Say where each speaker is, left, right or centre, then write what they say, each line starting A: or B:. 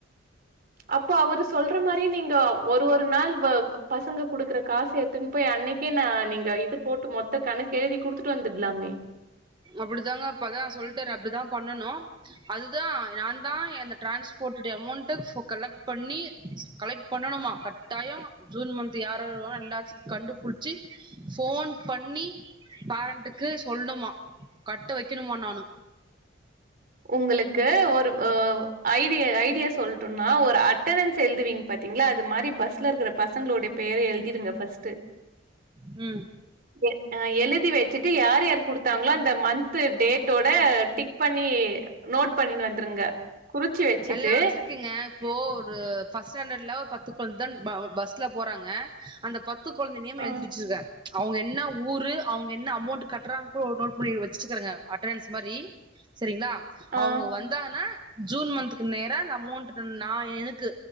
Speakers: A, on the right; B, on the right.
A: அப்போ அவரு சொல்ற மாரியே நீங்க ஒரு ஒரு நாள் வ பசங்க குடுக்குற காச எத்துனு போய் அன்னைக்கே நா நீங்க இது போட்டு மொத்த கணக்கு எழுதி குடுத்துட்டு வந்துட்லாமே
B: அப்டிதாங்க அப்பதா சொல்ட்டாரு அப்டிதா பண்ணனு அதுதா நாந்தா எந்த டிரான்ஸ்போட்டோட அமௌண்ட ஃபோ கலெக்ட் பண்ணி கலெக்ட் பண்ணணுமா கட்டாயோ ஜூன் மன்த்து யாரார் வருவா எல்லா கண்டுபுடிச்சி ஃபோன் பண்ணி பேரண்ட்டுக்கு சொல்னுமா கட்ட வைக்கணுமா நானு
A: உங்களுக்கு ஒரு அ ஐடியா ஐடியா சொல் டுமா ஒரு அட்டன்னன்ஸ் எழுதுவிங்க பாத்தீங்ளா அது மாரி பஸ்ல இருக்குற பசங்களோட பேரு எழுதிடுங்க ஃபர்ஸ்டு
B: ம்
A: எ அ எழுதி வச்சிட்டு யாரு யாரு குடுத்தாங்களோ அந்த மன்த்து டேட் டோட டிக் பண்ணி நோட் பண்ணினு வந்துருங்க குறிச்சி வச்சிட்டு
B: எல்லா வச்சிருக்குங்க இப்போ ஒரு ஃபஸ்ட் ஸ்டண்டட்ல பத்து பேர்தா பஸ்ல போறாங்க அந்த பத் து கொழந்த நேம்
A: ஆ,
B: எழுதி வச்சிருக்க அவுங்க என்ன ஊரு அவுங்க என்ன அமௌண்ட் கட்றாங்க கூட நோட் பண்ணி வச்சிருக்கங்க அட்டணன்ஸ் மாரி சரிங்ளா
A: ஆ,
B: அவங்க வந்தாங்னா ஜூன் மன்த் நேரோ அந்த அமௌண்ட் நா எனக்கு